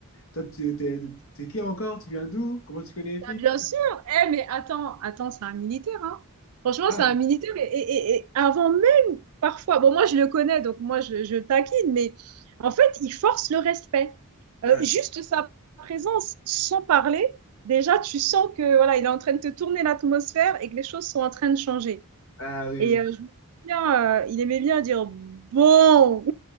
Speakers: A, on the left (about 65°); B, on the right (about 80°).
A: Toi, tu t'es t'es qui encore? Tu viens d'où? Comment tu connais Eric?
B: Bah, bien sûr. Eh, mais attends, attends, c'est un militaire, hein. Franchement,
A: Ah,
B: c'est un militaire. Et, et- et- et avant même, parfois, bon, moi, je le connais, donc moi, je, je taquine, mais en fait, il force le respect.
A: ah,
B: Euh, juste sa présence, sans parler, déjà, tu sens que voilà, il est en train de te tourner l'atmosphère et que les choses sont en train de changer.
A: ah, oui,
B: Et euh, je me souviens, euh, il aimait bien dire bon.